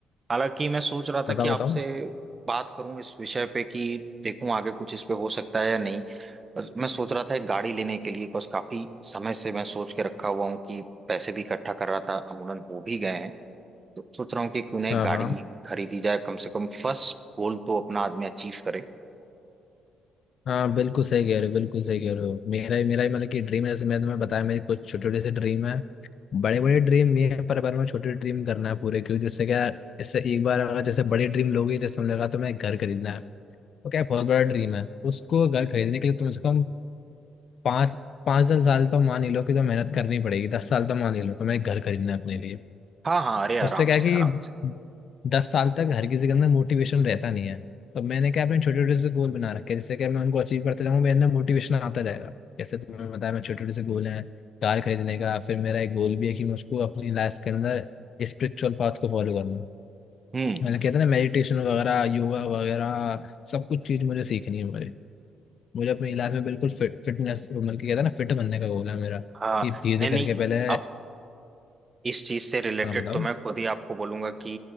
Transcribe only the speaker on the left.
बताओ
बताओ
हाँ
हाँ
हाँ बिल्कुल सही कह रहे हो बिल्कुल सही कह रहे हो मेरा ही मेरा ही मतलब कि ड्रीम है जैसे मैंने तुम्हें बताया मेरी कुछ छोटे छोटे से ड्रीम है बड़े बड़े ड्रीम भी हैं पर पर मैं छोटे ड्रीम करना है पूरे क्यों जिससे क्या जैसे एक बार अगर जैसे बड़े ड्रीम लोगे जैसे हमने कहा तुम्हें एक घर खरीदना है तो क्या बहुत बड़ा ड्रीम है उसको घर खरीदने के लिए तुम से कम पाँच पाँच दस साल तो मान ही लो कि तो मेहनत करनी पड़ेगी दस साल तो मान ही लो तुम्हें एक घर खरीदना है अपने लिए
उससे क्या है
कि
दस साल तक हर किसी के अंदर मोटिवेशन रहता नहीं है तो मैंने क्या अपने छोटे छोटे से गोल बना रखे हैं, जिससे कि मैं उनको अचीव करते जाऊँ मेरे अंदर मोटिवेशन आता जाएगा जैसे तुमने बताया मैं छोटे छोटे से गोल हैं कार खरीदने का फिर मेरा एक गोल भी है कि मैं उसको अपनी लाइफ के अंदर स्पिरिचुअल पाथ को फॉलो करना
मैंने कहता ना मेडिटेशन वगैरह योगा वगैरह सब कुछ चीज़ मुझे सीखनी है मुझे मुझे अपनी लाइफ में बिल्कुल फिट फिटनेस मतलब कि कहता ना फिट बनने का गोल है मेरा कि
धीरे
धीरे
करके पहले
हाँ बताओ